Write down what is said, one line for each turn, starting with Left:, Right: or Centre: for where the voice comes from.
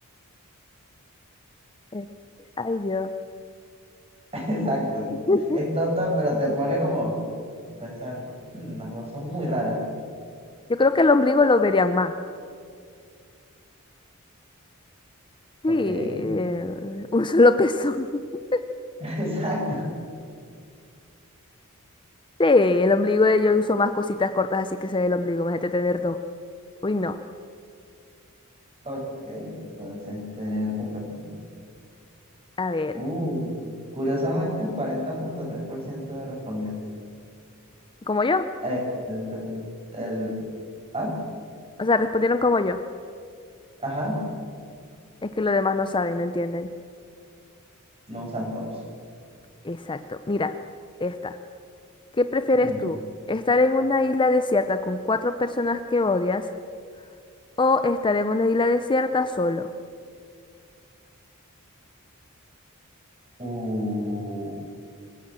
Left: Eh, Ay, Dios.
Right: <laughs> Exacto.
Left: <laughs>
Right: Es tonta, pero te pone como a pensar, "Hmm, las dos son muy raras.
Left: Yo creo que el ombligo lo verían más. Sí,
Right: Ok.
Left: eh,
Right: <laughs>
Left: <laughs> un solo pezón. <laughs>
Right: Exacto.
Left: Sí, el ombligo eh, yo uso más cositas cortas, así que se ve el ombligo. Imagínate tener dos. Uy, no.
Right: Ok. Entonces, tener un pezón.
Left: A ver,
Right: Uh, curiosamente, el 40.3% respondió.
Left: ¿como yo?
Right: Eh, tener un pezón. El, ah,
Left: O sea, respondieron como yo.
Right: ajá,
Left: Es que los demás no saben, no entienden.
Right: no usan tops.
Left: Exacto. Mira, esta. ¿Qué prefieres
Right: Ok.
Left: tú? ¿Estar en una isla desierta con cuatro personas que odias o estar en una isla desierta solo?
Right: Uh,